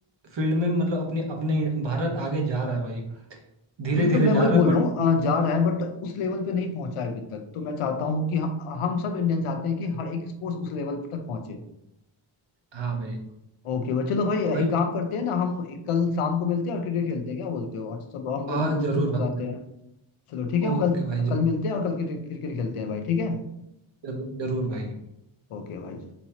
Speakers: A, on the right (about 60°); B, on the left (about 80°).
A: फील्ड में मतलब अपने अपने भारत आगे जा रहा है भाई धीरे
B: बिल्कुल
A: धीरे
B: मैं
A: जा
B: वही
A: रहा
B: बोल
A: है बट
B: रहा हूँ अ, जा रहा है बट उस लेवल पे नहीं पहुंचा है अभी तक तो मैं चाहता हूँ कि हम, हम सब इंडियन चाहते हैं कि हर एक स्पोर्ट्स उस लेवल तक पहुंचे
A: हाँ भाई
B: ओके भाई चलो भाई एक
A: भाई
B: काम करते हैं ना हम एक कल शाम को मिलते हैं और क्रिकेट खेलते हैं क्या बोलते हो और सब हम भी अपने
A: आ
B: दोस्तों
A: जरूर
B: को बुलाते
A: भाई जरूर
B: हैं चलो ठीक है
A: ओके
B: हम कल
A: भाई
B: कल मिलते हैं और कल क्रिकेट क्रिकेट खेलते हैं भाई ठीक है
A: जरूर जरूर भाई
B: ओके भाई